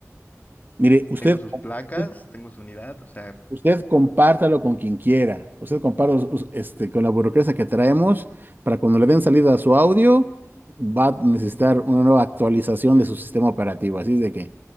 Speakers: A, on the right; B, on the left.
A: Mire, usted,
B: Tengo sus
A: usted,
B: placas, tengo su unidad, o sea,
A: usted compártalo con quien quiera. Usted compártalo us- este, con la burocracia que traemos para cuando le den salida a su audio, va a necesitar una nueva actualización de su sistema operativo. Así es de que,